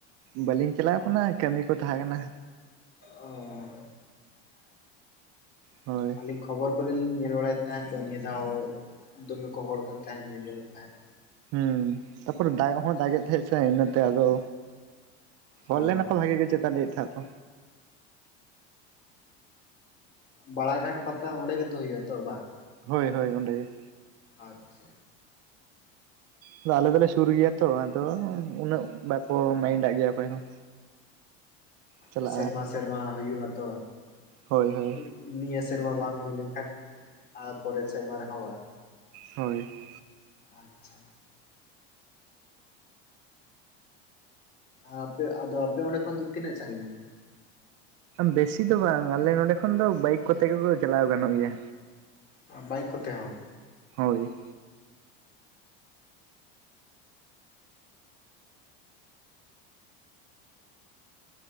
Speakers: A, on the right (about 50°); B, on the left (about 30°).
A: ᱵᱟᱹᱞᱤᱧ ᱪᱟᱞᱟᱣ ᱟᱠᱟᱱᱟ ᱠᱟᱹᱢᱤ ᱠᱚ ᱛᱟᱦᱮᱸ ᱠᱟᱱᱟ
B: ᱚᱻᱻᱻ
A: ᱦᱳᱭ
B: ᱟᱹᱞᱤᱧ ᱠᱷᱚᱵᱚᱨ ᱠᱚᱨᱮ ᱞᱤᱧ ᱧᱮᱞ ᱵᱟᱲᱟᱭᱮᱫ ᱛᱟᱦᱮᱸᱫ ᱫᱚ ᱱᱤᱭᱟᱹ ᱫᱷᱟᱣ ᱫᱚᱢᱮ ᱠᱚ ᱦᱚᱲ ᱠᱟᱱ ᱛᱟᱦᱮᱸᱫ ᱞᱤᱧ ᱟᱸᱡᱚᱢᱮᱫ ᱛᱟᱦᱮᱸᱫ
A: ᱦᱮᱸ ᱛᱟᱯᱚᱨ ᱫᱟᱜ ᱦᱚᱸ ᱫᱟᱜ ᱮᱫ ᱛᱟᱦᱮᱸᱫ ᱥᱮ ᱤᱱᱟᱹᱛᱮ ᱟᱫᱚ
B: ᱦᱚᱸ
A: ᱚᱞ ᱞᱮᱱᱟ ᱠᱚ ᱵᱷᱟᱜᱤ ᱜᱮ ᱪᱮᱛᱟ ᱞᱟᱹᱭᱮᱫ ᱛᱟᱦᱮᱸᱫ ᱠᱚ
B: ᱵᱟᱲᱟ ᱜᱷᱟᱴ ᱯᱟᱛᱟ ᱚᱸᱰᱮ ᱜᱮᱛᱚ ᱦᱩᱭᱩᱜ ᱟ ᱛᱚ ᱵᱟᱝ?
A: ᱦᱳᱭ ᱦᱳᱭ ᱚᱸᱰᱮ᱾
B: ᱟᱪᱷᱟ᱾
A: ᱟᱫᱚ ᱟᱞᱮ ᱫᱚᱞᱮ ᱥᱩᱨ ᱜᱮᱭᱟ ᱛᱚ ᱟᱫᱚ ᱩᱱᱟᱹᱜ ᱵᱟᱠᱚ ᱢᱟᱭᱤᱱᱰᱟᱜ ᱜᱮᱭᱟ ᱚᱠᱚᱭ ᱦᱚᱸ᱾ ᱪᱟᱞᱟᱜᱼᱟ
B: ᱚᱜ ᱥᱮᱨᱢᱟ ᱥᱮᱨᱢᱟ ᱦᱩᱭᱩᱜ ᱟ ᱛᱚ
A: ᱦᱳᱭ ᱦᱳᱭ
B: ᱤᱜ ᱱᱤᱭᱟᱹ ᱥᱮᱨᱢᱟ ᱵᱟᱝ ᱦᱩᱭ ᱞᱮᱱᱠᱷᱟᱱ ᱟᱨ ᱯᱚᱨᱮᱨ ᱥᱮᱨᱢᱟ ᱨᱮᱦᱚᱸ ᱵᱟᱝ᱾
A: ᱦᱳᱭ
B: ᱟᱪᱷᱟ᱾ ᱟᱯᱮ ᱟᱫᱚ ᱟᱯᱮ ᱚᱸᱰᱮ ᱠᱷᱚᱱ ᱫᱚ ᱛᱤᱱᱟᱹᱜ ᱥᱟᱺᱜᱤᱧᱟ?
A: ᱵᱮᱥᱤ ᱫᱚ ᱵᱟᱝ ᱟᱞᱮ ᱱᱚᱰᱮ ᱠᱷᱚᱱ ᱫᱚ ᱵᱟᱭᱤᱠ ᱠᱚᱛᱮ ᱜᱮᱠᱚ ᱪᱟᱞᱟᱣ ᱜᱟᱱᱚᱜ ᱜᱮᱭᱟ᱾
B: ᱟᱸ ᱵᱟᱭᱤᱠ ᱠᱚᱛᱮ ᱦᱚᱸ
A: ᱦᱳᱭ